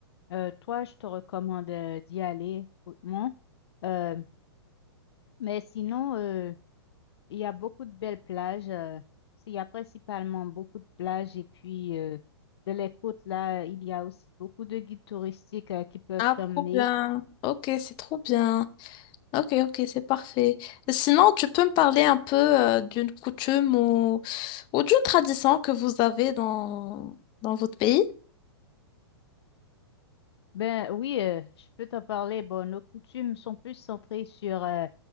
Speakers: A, on the left (about 70°); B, on the left (about 35°).
A: euh, toi, je te recommande euh, d'y aller hautement. Euh, Mais sinon, euh, il y a beaucoup de belles plages. euh, il y a principalement beaucoup de plages. Et puis, euh, de les côtes, là, il y a aussi beaucoup de guides touristiques euh, qui peuvent
B: Ah,
A: t'emmener.
B: trop bien. Ok, c'est trop bien. Ok, ok, c'est parfait. Sinon, tu peux me parler un peu euh, d'une coutume ou, ou d'une tradition que vous avez dans, dans votre pays?
A: Ben oui, euh, je peux t'en parler. Bon, nos coutumes sont plus centrées sur euh,